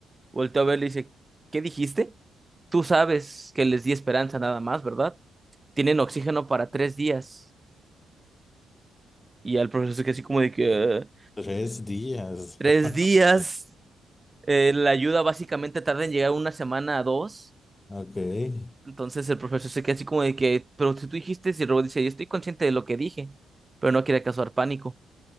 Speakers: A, on the right (about 20°); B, on the left (about 25°).
A: volteó a ver y le dice, ¿qué dijiste? Tú sabes que les di esperanza nada más, ¿verdad? Tienen oxígeno para tres días. Y al profesor se quedó así como de que, "Eh,
B: Tres días.
A: tres
B: <laughs>
A: días, Eh, la ayuda básicamente tarda en llegar una semana a dos.
B: Ok. Ok.
A: Entonces el profesor se queda así como de que, pero si tú dijiste, y el robot dice, yo estoy consciente de lo que dije, pero no quiere causar pánico.